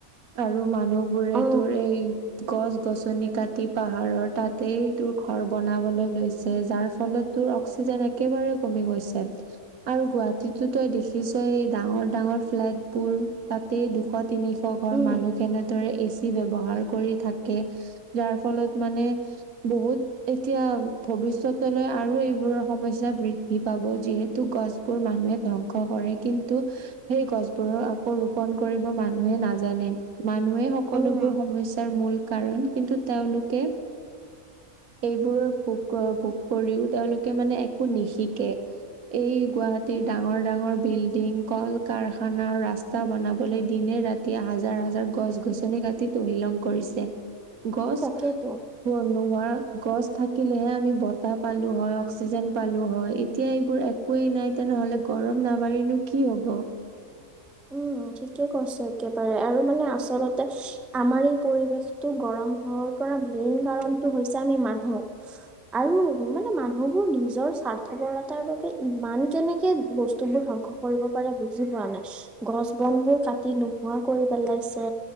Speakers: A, on the right (about 80°); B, in the centre.
A: আৰু মানুহ বোৰে
B: অ
A: তোৰ এই গছ গছনি কাটি পাহাৰৰ তাতেই তোৰ ঘৰ বনাবলৈ লৈছে যাৰ ফলত তোৰ অক্সি জেন একেবাৰে কমি গৈছে আৰু গুৱাহাটীতটো দেখিছই ডাঙৰ-ডাঙৰ ফ্লেট বোৰ তাতেই দুশ -তিনিশ ঘৰ
B: উম
A: মানুহ কেনেদৰে এচ চি ব্যৱহাৰ কৰি থাকে যাৰ ফলত মানে বহুত এতিয়া ভব ৱিষ্যতলৈ আৰু এইবোৰৰ সমস্যা বৃদ্ধি পাব যিহেতু গছবোৰ মানুহে ধ্বংস কৰে কিন্তু সেই গছবোৰৰ আকৌ ৰোপন কৰিব মানুহে নাজ জানে। মানুহে সকলোবোৰ
B: উম
A: সমস্যাৰ মূল কাৰণ। কিন্তু তেওঁলোকে
B: <inaudible>
A: এইবোৰৰ ভোগ কৰ ভোগ কৰিও তেওঁলোকে মানে একো নিশিকে। এই গুৱাহাটীৰ ডাঙৰ ডাঙৰ বিল্ডিং, কল-কাৰখানা, ৰাস্তা, বনাবলে দিনে-ৰাত এতিয়া হাজাৰ হাজাৰ গছ-গছনি কাটি তহিলং কৰিছে। গছ
B: তাকেইতো
A: <unintelligible> ধৰা গছ থাকিলেহে আমি বতাহ পালো হয়, অক্সিজেন পালো হয়। এতিয়া এইবোৰ একোৱেই নাই তেনেহ'লে গৰম না বাঢ়িনো কি হ'ব?
B: উম, ঠিকে কৈছ একেবাৰে আৰু মানে আচলতে আমাৰ এই পৰিবেশটো গৰম হ হৈ পৰা মেইন কাৰণটো হৈছে আমি মানুহ আৰু মানে মানুহবোৰ নিজৰ স্বা ৰ্থবৰতাৰ বাবে ইমান কেনেকে বস্তুবোৰ ধ্বংস কৰিব পাৰে বুজি পোৱা নাই গছ বনবোৰ কাটি নোহোৱা কৰি পেলাইছে